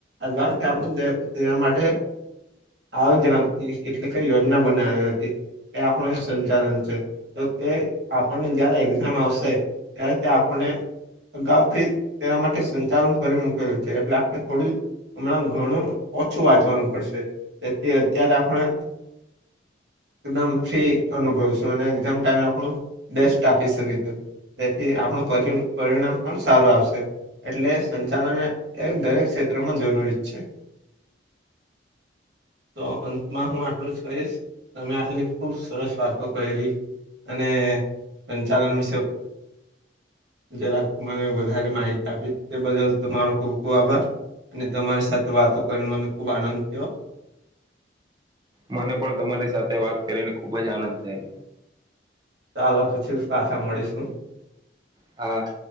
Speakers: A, on the right (about 70°); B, on the right (about 20°).
A: અગારથી આપણે તેના માટે- <unintelligible> એટલે કઈ યોજના બનાવી હતી એ આપણું એક સંચાલન છે તો તે આપણને જયારે એક્ઝામ આવશે ત્યારે તે આપણને અગાઉથી તેના માટે સંચાલન ફરી મૂકેલું છે. એટલે આપણે થોડું હમણાં ઘણું ઓછું વાંચવાનું પડશે તેથી અત્યારે આપણે એકદમ ફ્રી અનુભવીશું અને એકઝામ ટાઈમે આપણું બેસ્ટ આપી શકીશું. તેથી આપણું પરિ પરિણામ પણ સારું આવશે. એટલે સંચાલન એ એ દરેક ક્ષેત્રમાં જરૂરી જ છે. તો અંતમાં હું આટલું જ કહીશ તમે આટલી ખુબ સરસ વાતો કયરી. અને સંચાલન વિશે જરાક મને વધારે માહિતી આપી તે બદલ તમારો ખુબ ખુબ આભાર. અને તમારી સાથે વાતો કરીને મને ખુબ આનંદ થયો.
B: મને પણ તમારી સાથે વાત કરીને ખુબ જ આનંદ થયો.
A: ચાલો પછી પાછા મળીશું.
B: હા